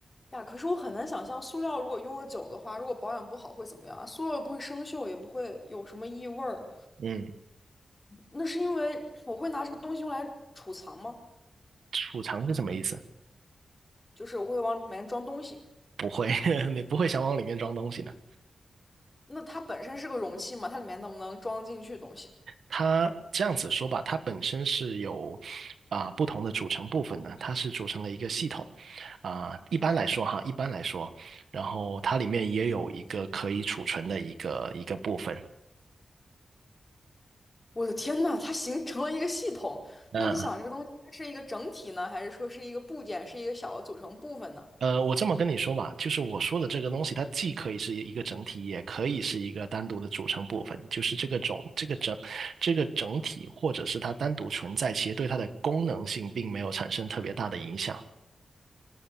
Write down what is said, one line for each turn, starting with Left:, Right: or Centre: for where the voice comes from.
Left: 呀，可是我很难想象塑料如果用的久的话，如果保养不好会怎么样啊？塑料也不会生锈，也不会有什么异味儿。
Right: 嗯，
Left: 那是因为我会拿这个东西用来储藏吗？
Right: 储藏是什么意思？
Left: 就是我会往里面装东西。
Right: 不会，<laughs> 你不会想往里面装东西的。
Left: 那它本身是个容器嘛，它里面能不能装得进去东西？
Right: 它这样子说吧，它本身是有啊、不同的组成部分的，它是组成了一个系统啊、一般来说哈，一般来说，然后它里面也有一个可以储存的一个一个部分。
Left: 我的天呐，它形成了一个系统。
Right: 那
Left: 那你想，这个东西它是一个整体呢，还是说是一个部件，是一个小的组成部分呢？
Right: 呃，我这么跟你说吧，就是我说的这个东西，它既可以是一个整体，也可以是一个单独的组成部分。就是这个种这个整这个整体，或者是它单独存在，其实对它的功能性并没有产生特别大的影响。